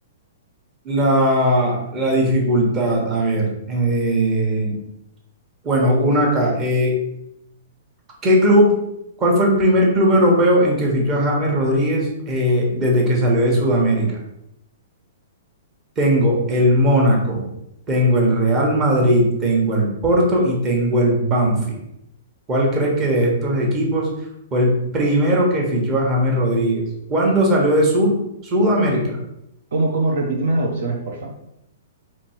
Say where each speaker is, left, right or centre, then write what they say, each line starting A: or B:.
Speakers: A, on the right; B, on the right.
A: la, la dificultad. A ver, eh, bueno, una acá. Eh, ¿qué club, cuál fue el primer club europeo en que fichó a James Rodríguez eh, desde que salió de Sudamérica? Tengo el Mónaco, tengo el Real Madrid, tengo el Porto y tengo el Banfield. ¿Cuál crees que de estos equipos fue el primero que fichó a James Rodríguez? ¿Cuándo salió de Sud Sudamérica?
B: ¿Cómo, cómo? Repíteme las opciones, porfa.